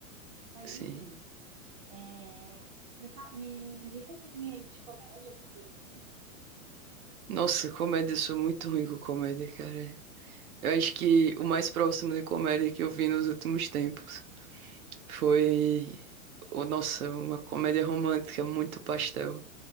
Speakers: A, on the right; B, on the right.
A: Mas,
B: Sim.
A: enfim, é, me, fa- me indica um filme aí de comédia, alguma coisa assim.
B: Nossa, comédia, eu sou muito ruim com comédia, cara. Eu acho que o mais próximo de comédia que eu vi nos últimos tempos foi, oh, nossa, uma comédia romântica muito pastel,